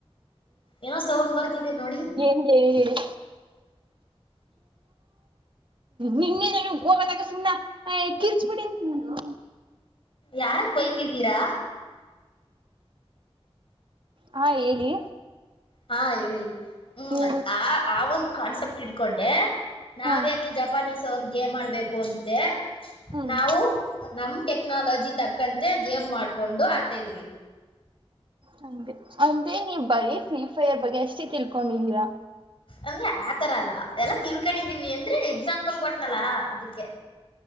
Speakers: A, on the left (about 60°); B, on the right (about 55°).
A: ಏನೋ ಸೌಂಡ್ ಬರ್ತಿದ್ದೇ ನೋಡಿ.
B: ಏನು ಹೇಳಿ ಹೇಳಿ. ನಿಂದೇನು ಹೋಗಆತ್ತಾಗ ಸುಮ್ನಾ. ಏ ಕಿರಿಚ್ಬೇಡಿ <unintelligible>
A: ಯಾರಿಗ ಬೈತಿದ್ದೀರಾ.
B: ಹಾ ಹೇಳಿ.
A: ಹಾ ಹೇಳಿ ಹ್ಮ್
B: ಹೇಳಿ
A: ಆ ಆ ಒಂದು ಕಾನ್ಸೆಪ್ಟ್ ಇಟ್ಕೊಂಡೇ. ನಾವ್ಯಾಕೆ
B: ಹಾ
A: ಜಪಾನೀಸ್ ಅವ್ರ ಗೇಮ್ ಆಡಬೇಕು ಅಂತೆ.
B: ಹ್ಮ್
A: ನಾವು ನಮ್ ಟೆಕ್ನಾಲಜಿ ತಕ್ಕಂತೆ ಗೇಮ್ ಮಾಡ್ಕೊಂಡು ಆಡ್ತಾ ಇದ್ದೀವಿ.
B: ಹಂಗೆ ಅಂದ್ರೆ ನೀವ್ ಬರೀ ಫ್ರೀ ಫೈರ್ ಬಗ್ಗೆ ಅಷ್ಟೇ ತಿಳ್ಕೊಂಡಿದ್ದೀರಾ.
A: ಅಂದ್ರೆ ಆತರ ಅಲ್ಲಾ ಎಲ್ಲಾ ತಿಳ್ಕೊಂಡಿದೀವಿ ಅಂದ್ರೆ ಎಕ್ಸಾಂಪಲ್ ಕೊಟ್ನಲ್ಲ ಅದಕ್ಕೆ.